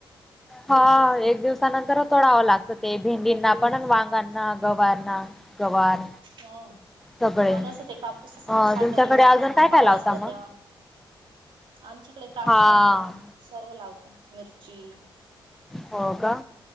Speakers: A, in the centre; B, on the right.
A: हा एक दिवसानंतर तोडावं लागतं ते भेंडींना पण वांगांना ना गवार.
B: ह
A: सगळे
B: जसं ते कापूस
A: ह
B: साठवले
A: तुमच्याकडे
B: जातो
A: अजून
B: ना
A: काय काय
B: भाव
A: लावता
B: असला
A: मग
B: तेव्हा. आमच्याकडे द्राक्ष
A: हा
B: आता सर्व लावता मिरची,
A: हो का